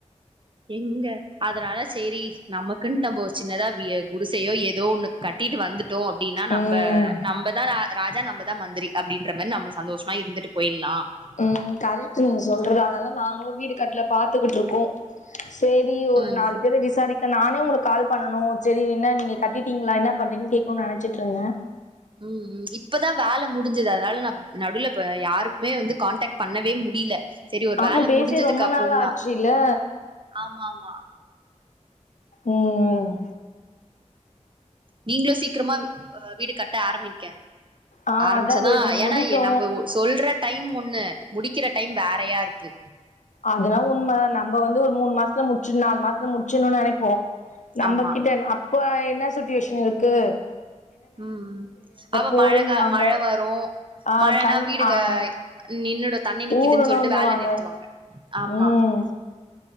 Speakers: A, on the right; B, on the left.
A: எங்க அதனால சேரி நமக்குன்னு நம்ப ஒரு சின்னதா வீ ய குடிசயோ ஏதோ ஒன்னு கட்டிட்டு வந்துட்டோ அப்டின்னா நம்ப
B: ம்
A: நம்பதா ரா ராஜா நம்பதா மந்திரி அப்டின்ற மாரி நம்ப சந்தோஷமா இருந்துட்டு போய்ல்லா
B: ம் கரெக்ட்டு நீங்க சொல்றது அதனால நாங்களு வீடு கட்ல பாத்துகிட்டுருக்கோ சேரி ஒரு
A: ம்
B: நாலு பேர விசாரி க்க நானே உங்களுக்கு கால் பண்ணணு சேரி என்ன நீங்க கட்டிட்டீங்களா என்ன பண்றீங்கனு கேக்ணுனு நெனச்சிட்ருந்தே
A: ம் ம் இப்ப தா வேல முடிஞ்சது அதனால நா‌ நடுல இப்ப யாருக்குமே வந்து கான்டக்ட் பண்ணவே முடில சேரி ஒரு
B: ஆமா
A: வேல
B: பேசி
A: முடிஞ்சதுக்கப்றோ
B: ரொம்ப நாள்
A: தா
B: ஆச்சுல்ல
A: ஆமாம்மா
B: ம் ம்
A: நீங்களு சீக்ரமா அ வீடு கட்ட ஆரம்பிங்க
B: ஆ
A: ஆரம்பிச்சாதா
B: அதா தோ இது
A: ஏனா
B: முடிட்டு
A: எ நம்ப சொல்ற டைம் ஒண்ணு முடிக்கிற டைம் வேறயாருக்கு
B: அதுனா உண்ம நம்ப வந்து ஒரு மூணு மாசத்துல முச்சு நாலு மாசத்துல முச்சுணுனு நெனைப்போ நம்மகிட்ட
A: ஆமா
B: என்ன அப்ப என்ன சிச்சுவேஷன் இர்க்கு
A: ம் ம் அப்ப
B: போருன்னுவாங்க
A: மழக்கா மழ வரு
B: ஆ
A: மழனா
B: தண்
A: வீடுக
B: ஆ
A: நின்னுடு தண்ணி நிக்கிதுன்
B: ஊறணுன்னுவாங்க
A: சொல்ட்டு வேல நிற்த்துவாங்க ஆமா
B: ம்